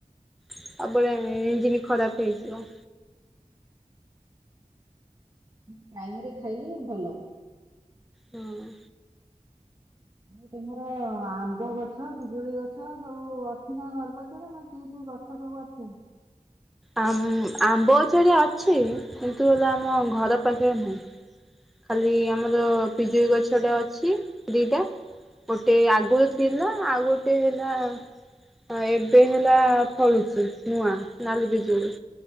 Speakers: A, in the centre; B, on the right (about 30°).
A: ସବୁଳେ ଏ ଏଞ୍ଜି ବି ଖରାପ ହେଇଯିବ।
B: ଠିକ୍ ଟାଇମରେ ଖାଇଲେ ଭଲ।
A: ହଁ।
B: ଆଉ ତମର ଆମ୍ବ ଗଛ ପିଜୁଳି ଗଛ ସବୁ ଅଛି ନା ଘର ପାଛରେ ନା କି କି ଗଛ ଛ ସବୁ ଅଛି?
A: ଆମ୍ ଆମ୍ବ ଛେଳି ଅଛି କିନ୍ତୁ ହେଲେ ଆମ ଘର ପାଖରେ ନାହିଁ। ଖାଲି ଆମର
B: ହୁଁ
A: ପିଜୁଳି ଗଛଟେ ଅଛି। ଦିଇଟା ଗୋଟେ ଆଗରୁ ଥିଲା ଆଉ ଗୋଟେ ହେଲା ହଁ ଏବେ ହେଲା ଫଳୁଚି ନୂଆ ନାଲି ପିଜୁଳି।